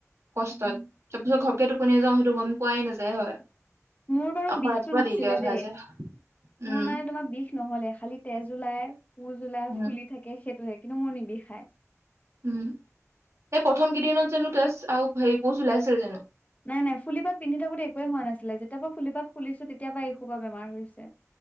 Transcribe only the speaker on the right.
কষ্টত।
তাৰপিছত ঘপকে টোপ টোপনি যাওঁ সেইটো গম পোৱাই নাযায় হয়।
আকৌ
ৰাতিপুৱা
দেৰিকে উঠা
যায় উম
উম,
উম, এই প্ৰথম কেইদিনত জানোঁ তেজ আৰু হেৰি পুজ ওলাইছিল জানোঁ।